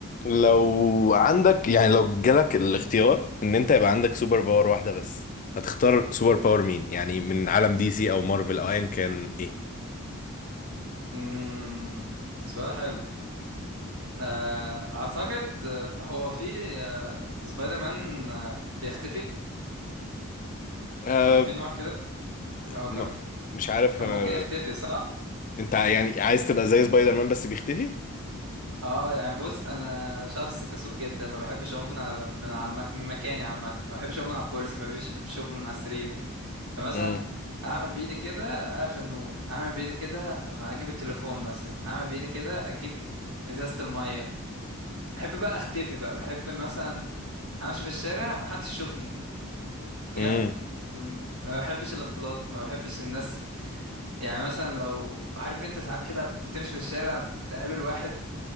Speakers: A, on the left; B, on the right.
A: لو عندك يعني لو جالك الاختيار ان انت يبقى عندك سوبر باور واحدة بس هتختار سوبر باور مين يعني من عالم دي سي او مارفل او ايا كان ايه
B: امم سؤال حلو آه، اعتقد آه، هو في آه، سبايدر مان آه، بيختفي
A: أه
B: كان في نوع كده او
A: ما-
B: كان في...
A: مش عارف
B: كان
A: انا
B: ممكن يختفي صح
A: انت يعني عايز تبقى زي سبايدر مان بس بيختفي
B: اه يعني بص انا شخص كسول جدا ما بحبش اقوم من على من على الم- من مكاني عامه ما بحبش اقوم من على الكرسي ما بحبش بحبش اقوم من على السرير فمثلا
A: مم.
B: اعمل بايدي كده اقفل النور اعمل بايدي كده اجيب التليفون مثلا اعمل بايدي كده اجيب ازازه الميه بحب بقى اختفي بقى بحب مثلا امشي في الشارع محدش يشوفني بجد
A: امم
B: أم، ما بحبش الاختلاط ما بحبش الناس يعني مثلا لو عارف انت ساعات كده بتمشي في الشارع تقابل واحد